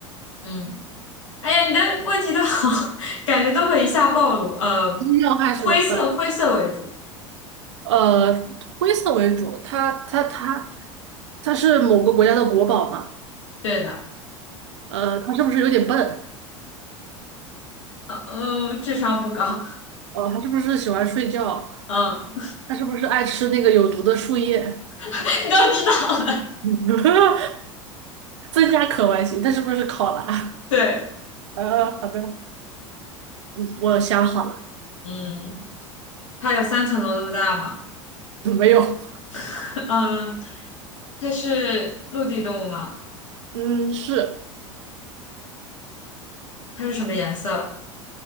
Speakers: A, on the left (about 70°); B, on the right (about 60°).
A: 嗯。哎呀，你的问题都好，<laughs> 感觉都会一下暴露。呃，
B: 要害是吧？
A: 灰色灰色为主，
B: 嗯。呃，灰色为主，它它它它是某个国家的国宝嘛？
A: 对的。
B: 呃，它是不是有点笨？
A: 呃呃，智商不高。
B: 哦，它是不是喜欢睡觉？
A: 嗯，
B: 它是不是爱吃那个有毒的树叶？
A: <laughs> 你都知道了。
B: <laughs> 增加可玩性，它是不是考拉？
A: 对，
B: <laughs> 呃，好的，嗯，我想好了，
A: 嗯，它有三层楼那么大吗？
B: 嗯没有，
A: <laughs> 嗯，它是陆地动物吗？
B: 嗯，是
A: 它是什么颜色？